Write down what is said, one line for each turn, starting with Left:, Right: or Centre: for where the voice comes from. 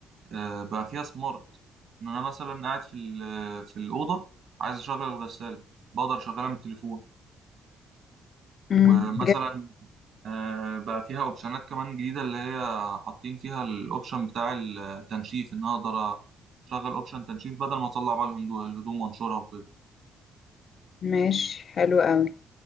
Right: آه، بقى فيها سمارت ان انا مثلا قاعد في ال- في الاوضه عايز اشغل الغساله بقدر اشغلها من التليفون
Left: امم
Right: ومثلا آه، بقى فيها اوبشنات كمان جديده اللي هي حاطين فيها الاوبشن بتاع التنشيف ان انا اقدر اشغل اوبشن تنشيف بدل ما اطلع بقى الهندو- الهدوم وانشرها وكده
Left: ماشي حلو قوي